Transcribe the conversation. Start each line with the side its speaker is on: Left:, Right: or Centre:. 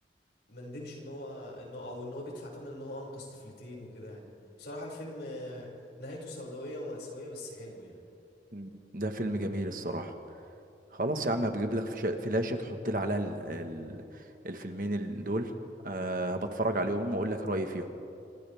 Left: ما ندمش ان هو انه او ان هو بيدفع ثمن ان هو انقذ طفلتين وكده يعني بصراحة الفيلم آه، نهايته سوداوية ومأساوية بس حلو يعني
Right: مم. ده فيلم جميل الصراحة خلاص يا عم هبجيب لك فشا- فلاشة تحط لي عليها ال- ال- الفيلمين ال- دول أه بتفرج عليهم واقول لك رأيي فيهم